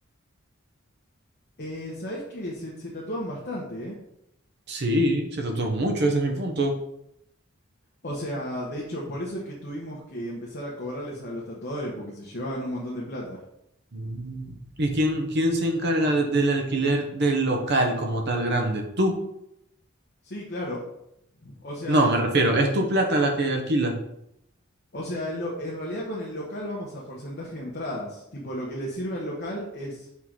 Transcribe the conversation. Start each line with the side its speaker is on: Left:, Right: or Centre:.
Left: Eh, ¿sabés que se, se tatúan bastante, eh?
Right: Sí, se tatúan mucho, ese es mi punto.
Left: O sea, de hecho, por eso es que tuvimos que empezar a cobrarles a los tatuadores porque se llevaban un montón de plata.
Right: Mm. ¿Y quién, quién se encarga de- del alquiler del local como tal grande? ¿Tú?
Left: Sí, claro. O sea,
Right: No,
Left: el-
Right: me refiero, ¿es tu plata la que alquila?
Left: o sea, el lo- en realidad con el local vamos a porcentaje de entradas. Tipo, lo que le sirve al local es